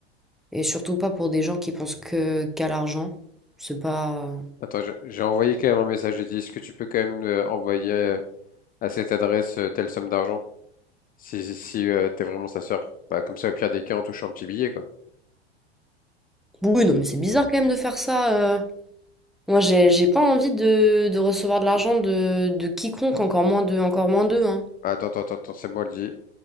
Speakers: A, in the centre; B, on the left.
A: Et surtout pas pour des gens qui pensent que qu'à l'argent. C'est pas.
B: Attends, j'ai envoyé quand même un message. J'ai dit, est-ce que tu peux quand même euh, envoyer euh, à cette adresse euh, telle somme d'argent? Si, si, si, euh, t'es vraiment sa sœur. Bah, comme ça, au pire des cas, on touche un petit billet, quoi.
A: Oui, non, mais c'est bizarre quand même de faire ça. euh, Moi, j'ai, j'ai pas envie de, de recevoir de l'argent de, de quiconque, encore moins de, encore moins d'eux, hein.
B: Attends, attends, attends, attends, c'est moi le dit.